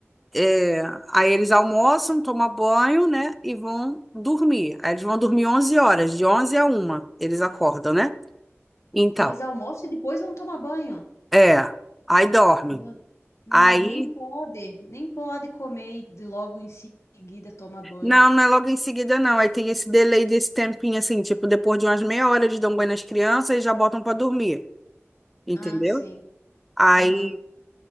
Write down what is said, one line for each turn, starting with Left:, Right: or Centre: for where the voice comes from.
Centre: é, aí eles almoçam, tomam banho, né, e vão dormir. Aí eles vão dormir 11 horas, de 11 a uma eles acordam, né? Então,
Left: Eles almoçam e depois vão tomar banho.
Centre: é, aí dorme.
Left: Ma- Mas
Centre: Aí,
Left: nem pode, nem pode comer e de- logo em seguida tomar banho.
Centre: não, não é logo em seguida, não. Aí tem esse delay desse tempinho, assim, tipo, depois de umas meia hora eles dão banho nas crianças e já botam pra dormir, entendeu?
Left: Ah, sim.
Centre: Aí
Left: Aham,